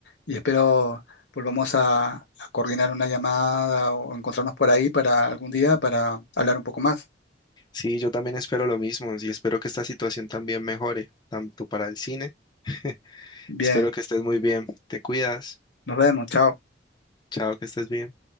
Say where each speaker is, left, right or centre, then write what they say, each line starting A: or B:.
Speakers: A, on the left; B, on the left.
A: y espero volvamos a, a coordinar una llamada o encontrarnos por ahí para algún día para hablar un poco más.
B: Sí, yo también espero lo mismo y espero que esta situación también mejore, tanto para el cine. <laughs>
A: Bien,
B: Espero que estés muy bien. Te cuidas.
A: nos vemos, chao.
B: Chao, que estés bien.